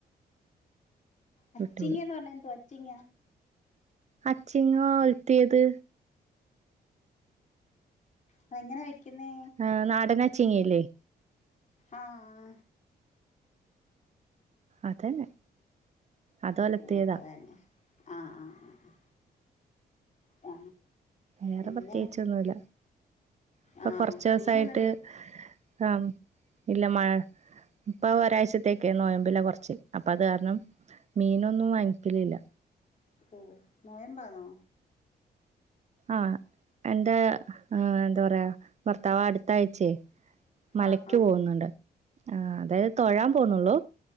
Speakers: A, on the left; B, on the right.
A: അച്ചിങ്ങന്ത
B: വിട്ടുപോയി
A: പറണ എന്തോ അച്ചിങ്ങ
B: അച്ചിങ്ങ ഒലത്തിയത്
A: അ എങ്ങനെ വയ്ക്കുന്നെ
B: ആ നാടൻ അച്ചിങ്ങായില്ലേ
A: ആഹ
B: അതന്നെ അത് ഒലത്തിയതാ
A: ഓ അത് ആണോ അഹ് അഹ് ആ
B: വേറെ
A: പിന്നെ
B: പ്രേത്യകിച്ചൊന്നുല്ല ഇപ്പൊ
A: ആ
B: കൊറച്ചു
A: ആ.
B: ദിവസമായിട്ട്
A: മീനൊന്നും മേടി
B: ആ ഇല്ല മഴ ഇപ്പൊ ഒരാഴ്ചത്തേക്കേ നോയമ്പില കൊറച്ച്. അപ്പൊ അത് കാരണം മീനൊന്നും വാങ്ങിക്കലില്ല
A: ഓ നോയമ്പന്നൊ
B: ആഹ എന്റെ എന്താ പറയാ ഭർത്താവ് അടുത്താഴ്ച്ചേ മലക്ക്
A: ആ ആ
B: പോകുന്നുണ്ട് ആ അതായത് തൊഴൻ പോന്നുള്ളു